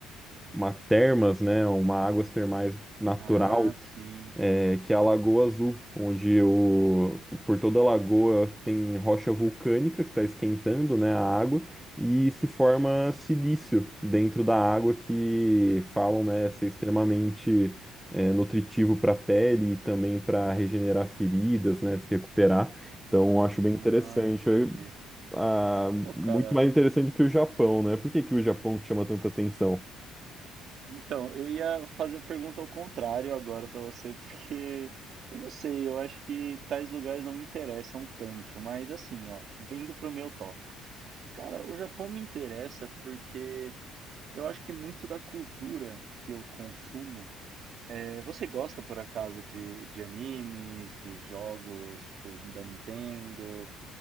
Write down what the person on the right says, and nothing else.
Ah, sim.
Ah,
entendi.
Pô,
cara,
Então, eu ia fazer a pergunta ao contrário agora pra você, <laughs> porque eu não sei, eu acho que tais lugares não me interessam tanto, mas assim, ó, vindo pro meu tópico. Cara, o Japão me interessa porque eu acho que muito da cultura que eu consumo. É, Você gosta por acaso de, de animes, de jogos tipo da Nintendo